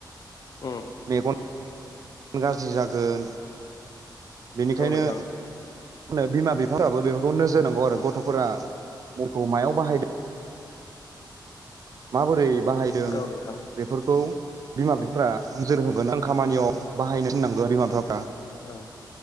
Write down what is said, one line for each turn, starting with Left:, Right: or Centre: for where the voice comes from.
Left: उम
Right: मेगन गाज्रि जागोन बेनिखायनो
Left: औ नोंथां
Right: मा बिमा बिफा फोराबो बेफोरखौ नोजोर होनांगौ आरो गथ' फोरा माखौ मायाव बाहायदों माबोरै बाहायदों
Left: औ नोंथां
Right: बेफोरखौ बिमा बिफाफ्रा नोजोर होगोन आं खामानियाव बाहायनो थनांगोन बिमा बिफाफ्रा
Left: औ